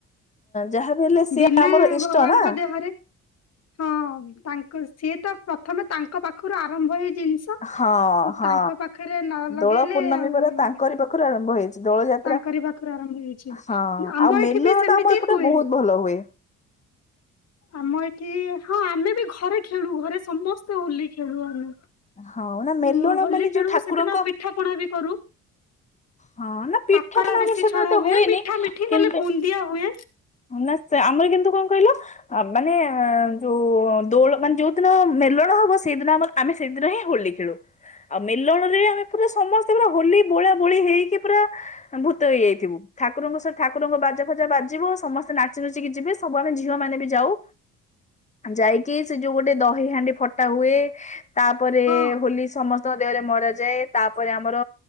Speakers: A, on the left (about 25°); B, on the left (about 55°).
A: ଯାହା ବି ହେଲେ ସିଏ
B: ବିନା
A: ଆମର ଇଷ୍ଟ
B: ଭଗବାନଙ୍କ
A: ନା।
B: ଦେହରେ ହଁ ତାଙ୍କ ସିଏ ତ ପ୍ରଥମେ ତାଙ୍କ ପାଖରୁ ଆରମ୍ଭ ଏଇ ଜିନ୍ସ୍
A: ହଁ ହଁ
B: ତାଙ୍କ ପାଖରେ ନ ଲଗେଇଲେ
A: ଦୋଳ ପୂର୍ଣ୍ଣମୀ
B: ଆଉ
A: ପରା ତାଙ୍କରି ପାଖରୁ ଆରମ୍ଭ ହେଇଛି ଦୋଳ ଯାତ୍ରା
B: ତାଙ୍କରି ବା ପାଖ ରୁ ଆରମ୍ଭ ହେଇଛି।
A: ହଁ
B: ଆମ
A: ଆଉ ମେଲଣ
B: ଏଠି ବି ସେମିତି
A: ଟା ଆମ ଏପଟେ
B: ହୁଏ।
A: ବହୁତ ଭଲ ହୁଏ
B: ଆମ ଏଠି, ହଁ ଆମେ ବି ଘରେ ଖେଳୁ। ଘରେ ସମସ୍ତେ ହୋଲି ଖେଳୁ ଆମେ।
A: ହଁ ନା ମେଲଣ
B: ହୋଲି
A: ମାନେ
B: ଖେଳୁ
A: ଯୋଉ ଠାକୁରଙ୍କ
B: ସେଦିନ ପିଠା ପଣା ବି କରୁ
A: ହଁ ନା ପିଠା
B: କାକରା
A: ପଣା ଆମର
B: ବେଶୀ
A: ସାଧାରଣତଃ
B: ଛଣ ହୁଏ।
A: ହୁଏନି
B: ମିଠା ମିଠି
A: କିନ୍ତୁ
B: ନହେଲେ ବୁନ୍ଦିଆ ହୁଏ।
A: ନା ଆମର କିନ୍ତୁ କଣ କହିଲ ଆ ମାନେ ଯୋଉ ଦୋଳ, ମାନେ ଯୋଉଦିନ ମେଲଣ ହବ ସେଇଦିନ ଆମର ଆମେ ସେଦିନ ହିଁ ହୋଲି ଖେଳୁ। ଆଉ ମେଲଣ ରେ ଆମେ ପୁରା ସମସ୍ତେ ପୁରା ହୋଲି ବୋଳା ବୋଳି ହେଇକି ପୁରା ଭୂତ ହେଇଯାଇଥିବୁ। ଠାକୁରଙ୍କ ସ- ଠାକୁରଙ୍କ ବାଜା ଫାଜା ବାଜିବ ସମସ୍ତେ ନାଚି ନୁଚିକି ଯିବେ, ସବୁ ଆମେ ଝିଅ ମାନେ ବି ଯାଉ। ଯାଇକି ସେ ଯୋଉ ଗୋଟେ ଦହି ହାଣ୍ଡି ଫଟା ହୁଏ ତାପରେ
B: ହଁ।
A: ହୋଲି ସମସ୍ତଙ୍କ ଦେହରେ ମର ଯାଏ। ତାପରେ ଆମର